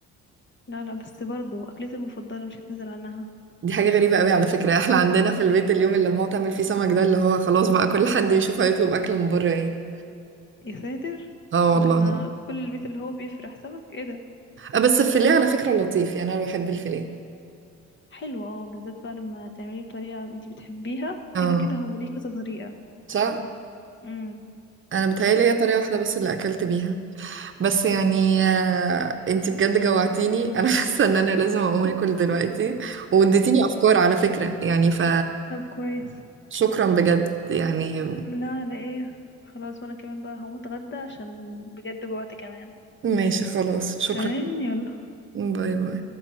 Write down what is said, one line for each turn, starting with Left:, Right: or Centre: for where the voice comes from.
Left: لا لا بس برضو اكلتي المفضله مش هتنزل عنها
Right: دي حاجة غريبة قوي على فكرة احنا عندنا في البيت اليوم اللي ماما تعمل فيه سمك ده اللي هو خلاص بقى كل حد يشوف هيطلب اكل من بره ايه
Left: يا ساتر
Right: اه
Left: ده
Right: والله
Left: احنا كل البيت اللي هو بيفرح سمك ايه ده
Right: آه، بس الفيليه على فكرة لطيف يعني انا بحب الفيليه
Left: حلو اه بالذات بقى لما تعمليه بطريقه انت بتحبيها
Right: اه
Left: كده كده هو ليه كذا طريقه
Right: صح
Left: امم
Right: انا بتهيالي هي طريقه واحده بس اللي اكلت بيها بس يعني آه، انتي بجد جوعتيني انا <laughs> حاسه ان انا لازم اقوم اكل دلوقتي واديتيني افكار على فكره يعني ف
Left: طب كويس
Right: شكرا بجد يعني
Left: لا لا ايه خلاص وانا كمان بقى هقوم اتغدى عشان بجد جوعت كمان
Right: ماشي خلاص شكرا
Left: تمام يلا
Right: باي باي